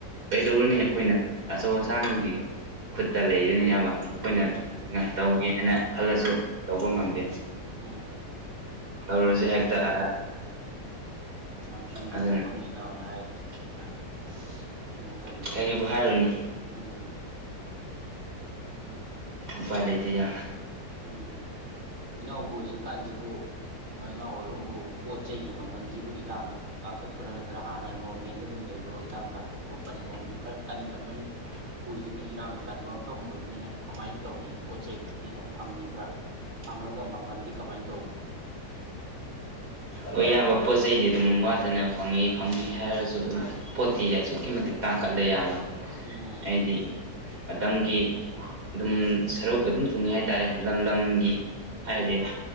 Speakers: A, on the right; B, on the right.
A: ꯀꯩꯗꯧꯔꯨꯅꯤ
B: ꯎꯝ ꯎꯝ
A: ꯑꯩꯈꯣꯏꯅ ꯑꯆꯧ ꯑꯁꯥꯡꯒꯤ ꯈꯨꯠꯇ ꯂꯩꯔꯦꯅꯦ ꯏꯌꯥꯝꯕ ꯑꯩꯈꯣꯏꯅ
B: ꯃꯥꯅꯤ
A: ꯇꯧꯒꯦ ꯍꯥꯏꯅ ꯈꯜꯂꯖꯨ ꯇꯧꯕ ꯉꯝꯗꯦ
B: ꯎꯝ ꯎꯝ
A: ꯇꯧꯔꯁꯨ
B: ꯃꯥꯅꯦ ꯌꯥꯝꯅ
A: ꯍꯦꯛꯇ
B: ꯆꯨꯝ
A: ꯑꯔꯥ
B: ꯌꯥꯝ ꯆꯨꯝꯒ꯭ꯔꯕ
A: ꯑꯗꯨꯅ
B: ꯋꯥꯐꯝꯅꯤ ꯏꯅꯥꯎꯅ ꯍꯥꯏꯗꯣ ꯃꯥꯅꯦ ꯖꯤꯛꯀꯤ ꯃꯇꯝꯖꯤꯗꯤ
A: ꯀꯔꯤꯕꯨ ꯍꯥꯏꯔꯨꯅꯤ
B: ꯎꯝ ꯎꯝ
A: ꯎꯄꯥꯏ ꯂꯩꯇꯦ ꯌꯥ
B: ꯎꯝ ꯏꯅꯥꯎꯕꯨ ꯍꯧꯖꯤꯛꯀꯥꯟꯖꯤꯕꯨ ꯏꯅꯥꯎ ꯍꯣꯏꯔꯝꯕꯨ ꯄꯣꯠ ꯆꯩꯒꯤ ꯃꯃꯜꯖꯤꯕꯨ ꯏꯇꯥꯡ ꯀꯥꯡꯈꯠꯄ꯭ꯔꯥ ꯅꯠꯇ꯭ꯔꯥ ꯍꯥꯟꯅ ꯅꯣꯔꯃꯦꯟꯗ ꯑꯗꯨꯝ ꯂꯩꯕ꯭ꯔꯣ ꯏꯇꯥꯡ ꯀꯥꯡꯈꯠꯄ꯭ꯔꯣ ꯕꯟ ꯅꯣꯡꯖꯨ ꯈꯔ ꯀꯟꯕ ꯃꯅꯤ ꯄꯨꯖꯤꯗꯤ ꯏꯔꯥꯡ ꯀꯟꯕ ꯃꯐꯝ ꯑꯣꯏꯕꯅꯤꯅ ꯀꯃꯥꯏꯅ ꯇꯧꯔꯤ ꯄꯣꯠ ꯆꯩ ꯇꯤ ꯑꯗꯨꯝ ꯐꯪꯉꯤꯕ꯭ꯔꯥ ꯐꯪꯉꯒ ꯃꯥꯃꯟꯗꯤ ꯀꯃꯥꯏꯅ ꯇꯧꯔꯤ
A: ꯍꯣꯏ ꯑꯌꯥꯝꯕ ꯄꯣꯠ ꯆꯩꯗꯤ ꯑꯗꯨꯝ ꯋꯥꯠꯇꯅ ꯐꯪꯉꯤ ꯐꯪꯅꯤ
B: ꯎꯝ
A: ꯍꯥꯏꯔꯖꯨ ꯑꯗꯨꯝ ꯄꯣꯠꯇꯤ
B: ꯎꯝ
A: ꯑꯁꯨꯛꯀꯤ ꯃꯇꯤꯛ ꯇꯥꯡꯈꯠꯂꯦ ꯏꯌꯥꯝꯕ
B: ꯎꯝ
A: ꯍꯥꯏꯗꯤ ꯃꯇꯝꯒꯤ ꯑꯗꯨꯝ ꯁꯔꯨꯛ ꯑꯗꯨꯝ ꯊꯨꯡꯉꯤ ꯍꯥꯏꯇꯥꯔꯦ ꯂꯝ ꯂꯝꯒꯤ
B: ꯎꯝ
A: ꯍꯥꯏꯗꯤ